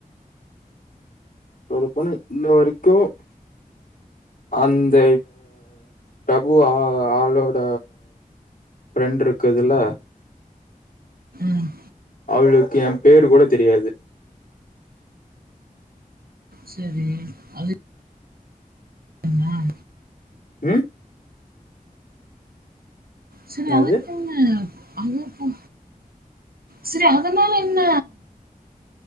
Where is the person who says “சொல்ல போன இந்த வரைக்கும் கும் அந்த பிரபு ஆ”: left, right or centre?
Left